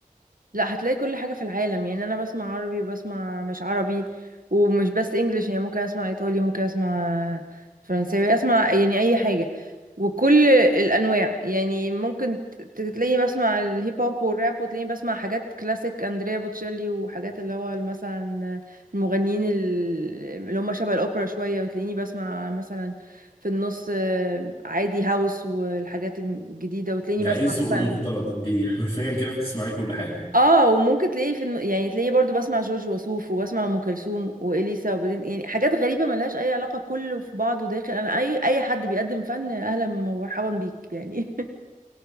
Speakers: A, on the right; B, on the left.
A: لا هتلاقي كل حاجة في العالم يعني أنا بسمع عربي وبسمع مش عربي ومش بس إنجليش يعني ممكن أسمع إيطالي ممكن أسمع فرنساوي أسمع يعني أي حاجة وكل الأنواع يعني ممكن ت- تلاقيني بسمع الهيب هوب والراب وتلاقيني بسمع حاجات كلاسيك أندريا بوتشيلي وحاجات اللي هو مثلا المغنيين ال- اللي هم شبه الأوبرا شوية وتلاقيني بسمع مثلا في النص آه، عادي هاوس والحاجات الجديدة وتلاقيني
B: ده
A: بسمع
B: ايه الذوق
A: مثلا
B: المختلط ده انت حرفيا كده بتسمعي كل حاجه
A: اه وممكن تلاقيه في الم... يعني تلاقيه برضو بسمع جورج وسوف وبسمع ام كلثوم واليسا وبعدين يعني حاجات غريبه ملهاش اي علاقه كله في بعضه داخل انا اي اي حد بيقدم فن اهلا ومرحبا بيك يعني